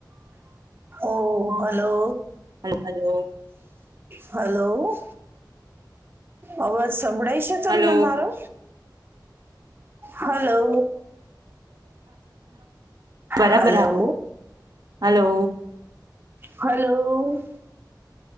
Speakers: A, on the right; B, on the right.
A: ઓ હલો.
B: હ હલો.
A: હલો. અવાજ સંભળાય છે તમને
B: હલો
A: મારો? હલો
B: બરાબર.
A: Hello
B: hello
A: hello.